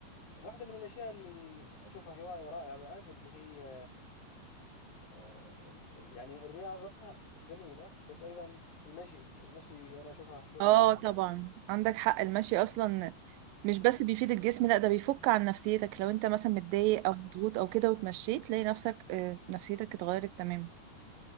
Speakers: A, on the left; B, on the right.
A: واحدة من الأشياء اللي أشوفها هواية رائعة بعد اللي هي آه، يعني الرياضة جميلة بس أيضا المشي المشي أنا أشوفها شوي
B: اه
A: يعني
B: طبعا عندك حق المشي اصلا مش بس بيفيد الجسم لا ده بيفك عن نفسيتك لو انت مثلا متضايق او مضغوط او كده وتمشيت تلاقي نفسك آه، نفسيتك اتغيرت تماما